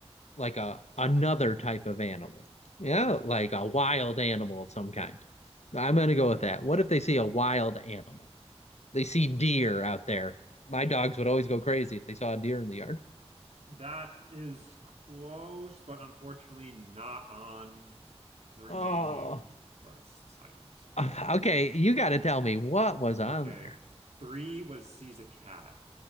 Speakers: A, on the left (about 85°); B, on the right (about 75°).
A: like a another type of animal. Yeah, like a wild animal of some kind. I'm gonna go with
B: Okay.
A: that. What if they see a wild animal? They see deer
B: Mhm.
A: out there. My dogs would always go crazy if they saw a deer in the yard.
B: That is close, but unfortunately not on the remaining
A: Oh,
B: lists items.
A: <laughs> okay. You got to tell me what was on
B: Okay.
A: there.
B: Three was sees a cat